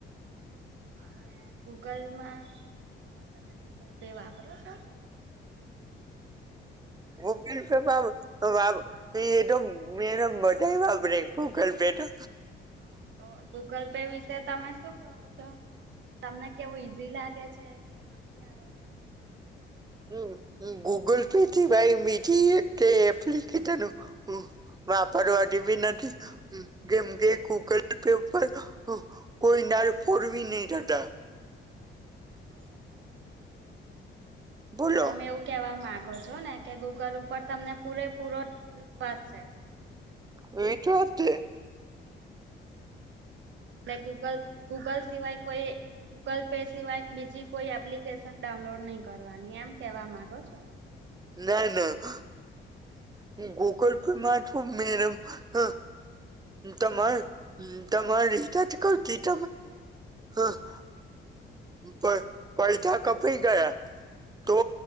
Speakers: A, on the right (about 70°); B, on the right (about 20°).
A: હા, મે ગૂગલમાં અ તમે ગૂગલ પે વાપરો છો? <inaudible>
B: ગૂગલ પે બવ વાવ એ તો મેડમ બધાએ વાપરે ગૂગલ પે તો
A: હા, તો ગૂગલ પે વિશે તમે શું? છો. તમને કેવું ઈઝી લાગે છે. કે, નથી આવડતું?
B: હમ, ગૂગલ પે થી ભાઈ બીજી એક એપ્લિકેશન હ વાપરવાડી બી નથી. ગેમ કે ગૂગલ પેપર કોઈ નાર ફોરવી નહી થતાં.
A: બરાબર. એટલે
B: બોલો
A: તમે એવું કેવા માંગો છો ને કે, ગૂગલ ઉપર તમને પૂરેપૂરો વિશ્વાસ છે.
B: વીટવાદ દે.
A: ગૂગલ. ગૂગલ સિવાય કોઈ ગૂગલ પે સિવાય બીજી કોઈ એપ્લિકેશન ડાઉનલોડ નહી કરવાની. એમ કહેવા માંગો છો ને?
B: ના ના હ. હમ ગૂગલ પે મા મેમ હ તમાર તમારી રીતે કતી ત હ- પ પૈસા કપાય ગયા. તો